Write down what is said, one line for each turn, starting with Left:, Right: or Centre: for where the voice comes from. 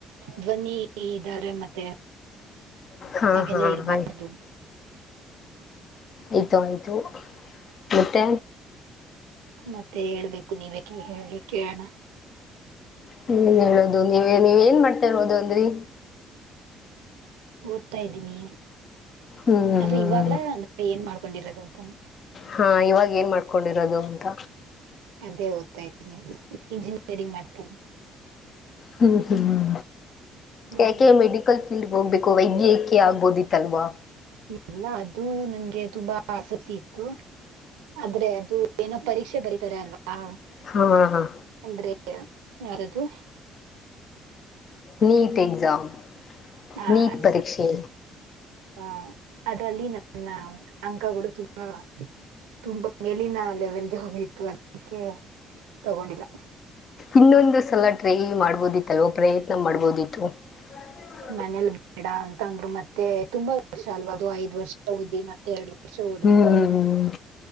Right: ಧ್ವನಿ ಇದ್ದಾರೆ ಮತ್ತೆ
Left: ಹಾ
Right: ಹಾಗೆಲ್ಲ
Left: ಹಾ
Right: ಇರಬಾರ್ದ.
Left: ಆಯ್ತು
Right: <unintelligible>
Left: ಆಯತು ಆಯಿತು ಮತ್ತೆ.
Right: ಮತ್ತೆ ಹೇಳ್ಬೇಕು ನೀವೆ ಕೆ ಹೇಳಿ ಕೇಳೋಣ.
Left: ಹ್ಮ ಹೇಳುದು ನೀವ ನೀವ್ ಏನ್ ಮಾಡ್ತಾ ಇರ್ರೋದು ಅಂದ್ರಿ.
Right: ಓದ್ತಾ ಇದ್ದೀನಿ
Left: ಹ್ಮ್
Right: ಅದ್ರೆ ಇವಾಗ್ಲ. ಏನ್ ಮಾಡ್ಕೊಂಡಿರದು ಅಂತಾನ.
Left: ಹಾಂ ಇವಾಗ ಏನು ಮಾಡ್ಕೊಂಡಿರೋದು ಅಂತ.
Right: ಅದೇ ಓದ್ತಾ ಇದ್ ಇಂಜಿನಿಯರಿಂಗ್ ಮಾಡ್ತಾ.
Left: ಹ್ಮ್ ಹ್ಮ್
Right: ಹ್ಮ್.
Left: ಏಕೆ ಮೆಡಿ. ಫೀಲ್ಡ್ಗೆ ಹೋಗ್ಬೇಕು ವೈದ್ಯಕಿಯ ಆಗ್ಬೋದಿತ್ತಲ್ವಾ.
Right: ಎಲ್ಲ ಅದು ನನ್ಗೆ ತುಂಬಾ ಆಸಕ್ತಿ ಇತ್ತು ಆದ್ರೆ ಅದು. ಏನೋ ಪರೀಕ್ಷೆ ಬರೀತಾರೆ ಅಲ್ವಾ.
Left: ಹಾ ಹಾ-
Right: ಅಂದ್ರೆ ಯಾರದು.
Left: NEET exam.
Right: ಹಾ
Left: ನೀಟ್
Right: ಅದ.
Left: ಪರೀಕ್ಷೆ
Right: ಆ ಅದರಲ್ಲಿ ನನ್ನ ಅಂಕಗಳು ತುಂಬಾ.. ತುಂಬಾ ಮೇಲಿನ ಲೆವೆಲ್ಗೆ ಹೋಗಿತ್ತು ಅದಕ್ಕೆ ತಗೊಂಡಿಲ್ಲ.
Left: ಇನ್ನೊಂದು ಸಲ ಟ್ರೈ ಮಾಡ್ಬೋದಿತ್ತಲ್ವ ಪ್ರಯತ್ನ ಮಾಡ್ಬೋದಿತ್ತು. <unintelligible> <unintelligible>
Right: ಮನೇಲಿ ಬೇಡ ಅಂತ ಅಂದ್ರರು ಮತ್ತೆ ತುಂಬಾ ವರ್ಷ ಅಲ್ವಾದು ಐದ್ ವರ್ಷ ಓದಿ ಮತ್ತೆ ಎರಡು. ವರ್ಷ ಓದ್ಬೇಕಂತೆ
Left: ಹ್ಮ್